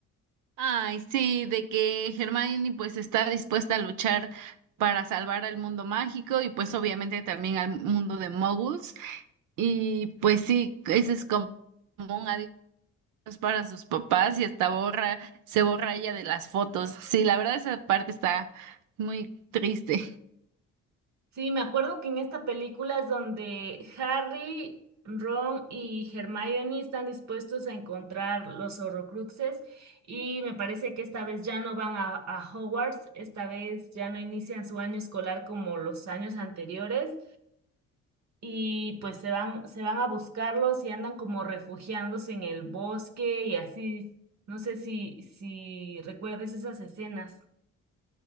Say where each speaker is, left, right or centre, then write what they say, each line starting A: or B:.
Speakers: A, on the right; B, on the right.
A: Ay, sí, de que Hermione pues está dispuesta a luchar para salvar al mundo mágico y pues obviamente también al mundo de Muggles. Y pues sí, ese es como un adiós para sus papás y hasta borra, se borra ella de las fotos. Sí, la verdad esa parte está muy triste.
B: Sí, me acuerdo que en esta película es donde Harry, Ron y Hermione están dispuestos a encontrar los Horrocruxes y me parece que esta vez ya no van a, a Hogwarts, esta vez ya no inician su año escolar como los años anteriores y pues se van, se van a buscarlos y andan como refugiándose en el bosque y así. No sé si, si recuerdes esas escenas.